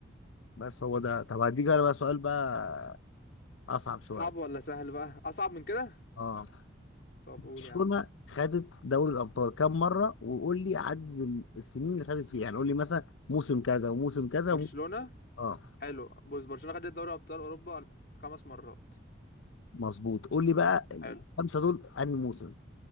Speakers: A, on the left; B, on the left.
A: بس هو ده طب هديك انا بقى سؤال بقى اصعب شويه
B: صعب ولا سهل بقى اصعب من كده
A: اه
B: طب
A: برشلونه
B: قول يا عم
A: خدت دوري الابطال كام مره وقول لي عدد ال- السنين اللي خدت فيها يعني قول لي مثلا موسم كذا وموسم كذا
B: برشلونة
A: وم... اه
B: حلو بص برشلونة خدت دوري ابطال اوروبا خمس مرات
A: مظبوط قول لي بقى
B: حلو
A: الخمسه دول انهي موسم